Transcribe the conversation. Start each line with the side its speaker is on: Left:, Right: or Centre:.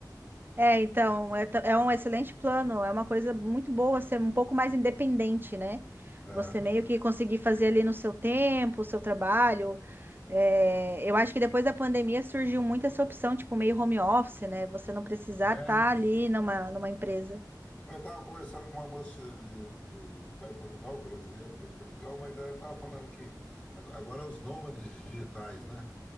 Right: É, então, é, t- é um excelente plano, é uma coisa muito boa ser um pouco mais independente, né?
Left: Aham.
Right: Você meio que conseguir fazer ali no seu tempo, o seu trabalho. É, eu acho que depois da pandemia surgiu muito essa opção, tipo, meio home office, né? Você não precisar
Left: É,
Right: estar ali numa, numa empresa.
Left: Eu estava conversando com uma moça de, de- que está em Portugal, brasileira, que está em Portugal, mas daí ela estava falando que ag- agora os nômades digitais, né?